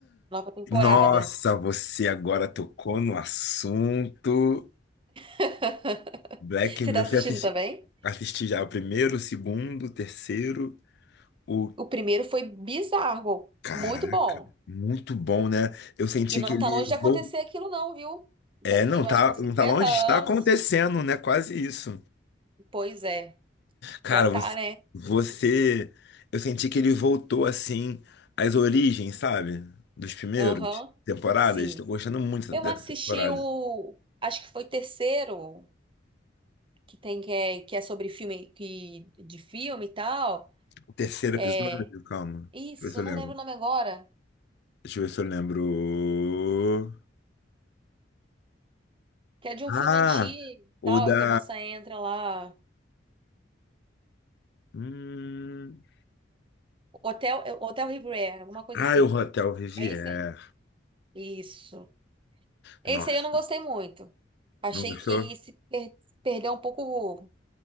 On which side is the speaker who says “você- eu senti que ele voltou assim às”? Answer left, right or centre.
Left